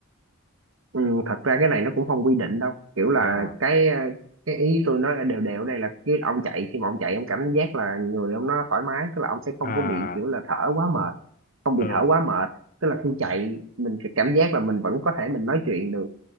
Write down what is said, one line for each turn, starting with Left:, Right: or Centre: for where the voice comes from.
Right: ừ. thật ra cái này nó cũng không quy định đâu kiểu là
Left: à
Right: cái ờ, cái ý tôi nói là đều đều ở đây là cái ông chạy khi mà ông chạy ông cảm giác là người ông nó thoải mái tức là ông sẽ không
Left: à
Right: có bị kiểu là thở quá mệt không
Left: ờ
Right: bị thở quá mệt tức là khi chạy mình sẽ cảm giác là mình vẫn có thể mình nói chuyện được